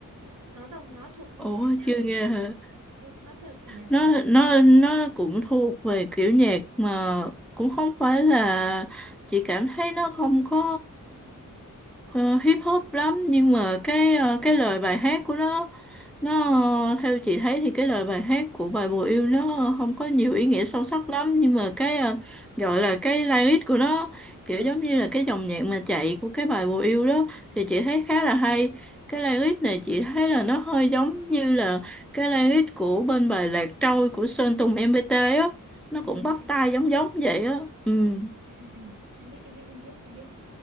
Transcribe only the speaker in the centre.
Ủa
chưa
nghe
hả?
nó
nó nó cũng thuộc về kiểu nhạc mà cũng không phải là chị cảm thấy nó không có ờ, hip hop lắm nhưng mà cái ờ, cái lời bài hát của nó nó ờ, theo chị thấy thì cái lời bài hát của bài Bồ Yêu nó không có nhiều ý nghĩa sâu sắc lắm nhưng mà cái ờ, gọi là cái lyric của nó kiểu
giống như là cái dòng nhạc mà chạy của cái bài Bồ Yêu đó thì chị
thấy khá là hay cái lyric này chị thấy là nó hơi giống như là cái language của bên bài Lạc Trôi của Sơn Tùng MPT á nó
cũng
bắt
tai
giống giống vậy á ừ